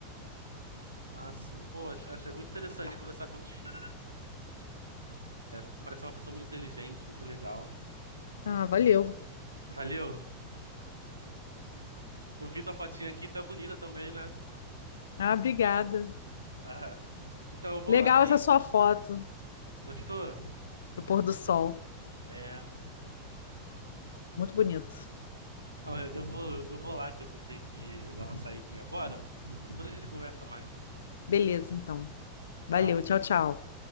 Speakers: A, on the right; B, on the left.
A: Ah, sim. Pô, ach- achei muito interessante conversar contigo. Tu parece uma pessoa muito inteligente, muito legal.
B: Ah, valeu.
A: Valeu. Eu vi tua fotinha aqui, tá bonita também, né?
B: Ah, obrigada.
A: Ah, então eu vou
B: Legal
A: lá,
B: essa
A: hein?
B: sua
A: Depois...
B: foto
A: Gostou?
B: do pôr do sol.
A: É.
B: Muito bonito.
A: Não, eu, eu vou, eu vou lá que eu vou ter que dar uma saidinha agora. Depois a gente conversa mais.
B: Beleza, então. Valeu,
A: Tchau.
B: tchau, tchau.